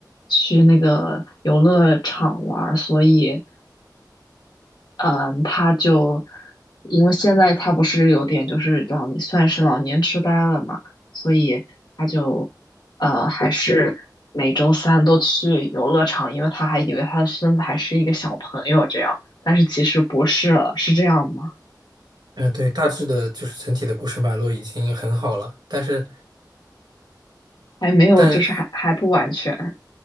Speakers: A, on the left (about 75°); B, on the right (about 75°).
A: 去那个游乐场玩儿所以嗯，他就因为现在他不是有点就是老年，算是老年痴呆了嘛，所以他就呃还是每周三都去游乐场，因为他还以为他的孙子还是一个小朋友这样，但是其实不是了，是这样吗？
B: 嗯，对，大致的就是整体的故事脉络已经很好了，但是，
A: 还没有，
B: 但
A: 就是还还不完全，